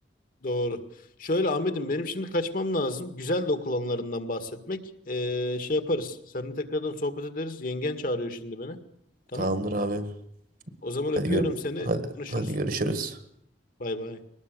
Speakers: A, on the left; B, on the right.
A: doğru. Şöyle Ahmet'im benim şimdi kaçmam lazım. Güzel de okul anılarından bahsetmek. Ee, şey yaparız. Seninle tekrardan sohbet ederiz. Yengen çağırıyor şimdi beni. Tamam.
B: Tamamdır abi.
A: O zaman
B: Hadi
A: öpüyorum
B: gör
A: seni.
B: hadi
A: Konuşuruz.
B: hadi görüşürüz.
A: Bay bay.